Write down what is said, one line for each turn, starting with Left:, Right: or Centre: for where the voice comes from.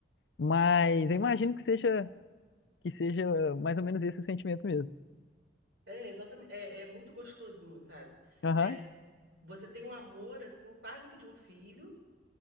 Left: Mas eu imagino que seja que seja mais ou menos esse o sentimento mesmo.
Right: É, exatamente. É, é muito gostosinho, sabe?
Left: Aham,
Right: É, você tem um amor, assim, quase que de um filho,